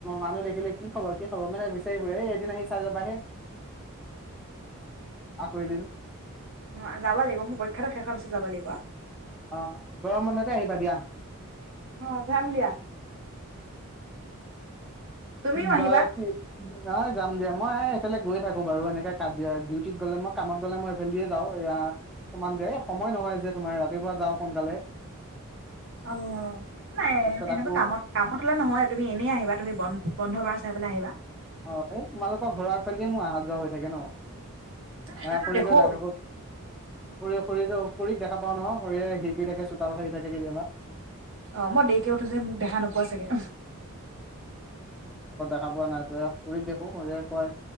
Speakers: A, in the centre; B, on the right (about 60°).
A: মানুহ দেখিলে কি খবৰ, কি খবৰ মানে বিচাৰি ফুৰে এই এদিন আহি চাই যাবা হে, আকৌ এদিন
B: অ', যাব লাগিব মোৰ পৰীক্ষাটো শেষ হোৱাৰ পিছত যাব লাগিব।
A: অহ ', অহ ', গৰম বন্ধতে আহিবা দিয়া।
B: অহ ', যাম দিয়া। তুমিও
A: কিবা-
B: আহিবা
A: কে নহয় যাম দিয়া মই এইফালে গৈ থাকো বাৰু এনেকে কাজিয়া ডিউটিত গলে মই কামত গলে মই এইফাল দিয়ে যাওঁ দিয়া, এনেকে খুমাম দিয়া, এ, 'সময় নহয় যে তোমাৰ ৰাতিপুৱা যাওঁ সোনকালে।
B: অ ', নাই
A: তাৰপিছত
B: এনেকুৱা
A: আকৌ
B: কামত কামত হলে নহয় তুমি এনেই আহিবা তুমি বন বন্ধ বাৰ চাই পেলাই আহিবা।
A: অ', এই তোমালোকৰ ঘৰৰ ফালদিে মোৰ অহা যোৱা হৈ থাকে ন',
B: এইটোতো
A: আহ, খুৰীদেউ
B: দেখো
A: যাই থাকোঁ, খুৰী - খুৰীদেউ, খুৰীক দেখা পাওঁ নহয়, খুৰীয়ে হেৰি কৰি থাকে চোতাল সাৰি থাকে কেতিয়াবা।
B: অ', মই দেৰিকে উঠো যে, মোক দেখা নোপোৱা চাগে।
A: চাব নাযাওঁ খুৰীক দেখো, খুৰীয়ে কয়